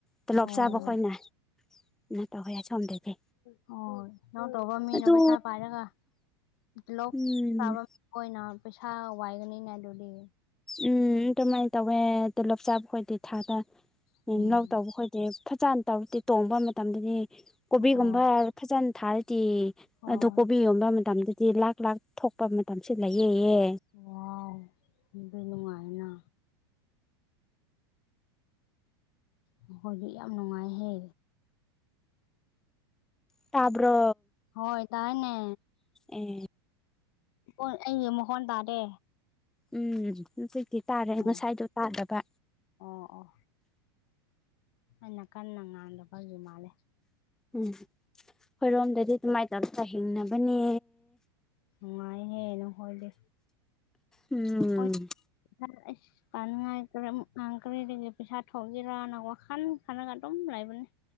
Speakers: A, in the centre; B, on the left.
A: ꯇꯣꯂꯣꯞ
B: ꯑꯣ
A: ꯆꯥꯕ ꯈꯣꯏꯅ ꯀꯩꯅꯣ ꯇꯧꯋꯦ ꯑꯁꯣꯝꯗꯗꯤ
B: ꯍꫭꯏ ꯂꯧ ꯇꯧꯕ ꯃꯤꯅ
A: ꯑꯗꯣ
B: ꯄꯩꯁꯥ ꯄꯥꯏꯔꯒ ꯂꯧ
A: ꯎꯝ
B: ꯇꯧꯕ ꯈꯣꯏꯅ ꯄꯩꯁꯥ ꯋꯥꯏꯒꯅꯤꯅꯦ ꯑꯗꯨꯗꯤ
A: ꯎꯝ ꯑꯗꯨꯃꯥꯏꯅ ꯇꯧꯋꯦ ꯇꯣꯂꯣꯞ ꯆꯥꯕ ꯈꯣꯏꯗꯤ ꯊꯥꯗ
B: ꯎꯝ
A: ꯂꯧ ꯇꯧꯕ ꯈꯣꯏ ꯇꯤꯞ ꯐꯖꯅ ꯇꯧꯗꯤ ꯇꯣꯡꯕ ꯃꯇꯝꯗꯗꯤ ꯀꯣꯕꯤꯒꯨꯝꯕ
B: ꯍꯣꯏ
A: ꯐꯖꯅ ꯊꯥꯔꯗꯤ
B: ꯍꯣꯏ
A: ꯑꯗꯨ ꯀꯣꯕꯤ ꯌꯣꯟꯕ ꯃꯇꯝꯗꯗꯤ ꯂꯥꯛ ꯂꯥꯛ ꯊꯣꯛꯄ ꯃꯇꯝꯁꯤ ꯂꯩꯌꯦꯌꯦ
B: ꯋꯥꯎ ꯑꯗꯨꯗꯤ ꯅꯨꯡꯉꯥꯏꯅ꯫ ꯃꯈꯣꯏꯗꯤ ꯌꯥꯝ ꯅꯨꯡꯉꯥꯏꯍꯦ
A: ꯇꯥꯕ꯭ꯔꯣ?
B: ꯍꯣꯏ ꯇꯥꯏꯅꯦ
A: ꯑꯦ
B: ꯑꯣ ꯑꯩꯒꯤ ꯃꯥꯈꯣꯟ ꯇꯥꯗꯦ?
A: ꯎꯝ ꯍꯧꯖꯤꯛꯇꯤ ꯇꯥꯔꯦ
B: ꯑꯣ
A: ꯉꯁꯥꯏꯗꯣ ꯇꯥꯗꯕ
B: ꯑꯣ ꯑꯣ ꯑꯩꯅ ꯀꯟꯅ ꯉꯥꯡꯗꯕꯒꯤ ꯃꯥꯜꯂꯦ
A: ꯎꯝ ꯈꯣꯏꯔꯣꯝꯗꯗꯤ ꯑꯗꯨꯃꯥꯏꯅ ꯇꯧꯔꯒ ꯍꯤꯡꯅꯕꯅꯦ
B: ꯅꯨꯡꯉꯥꯏꯔꯦꯅꯦ ꯅꯈꯣꯏꯗꯤ꯫
A: ꯎꯝ꯫
B: ꯑꯩꯈꯣꯏꯗꯤ ꯑꯁ ꯀꯅꯉꯥꯏ ꯀꯔꯝ ꯅ ꯀꯔꯤꯗꯒꯤ ꯄꯩꯁꯥ ꯊꯣꯛꯒꯦꯔ ꯅ ꯋꯈꯟ ꯈꯜꯂꯒꯥ ꯑꯗꯨꯝ ꯂꯩꯕꯅꯤ꯫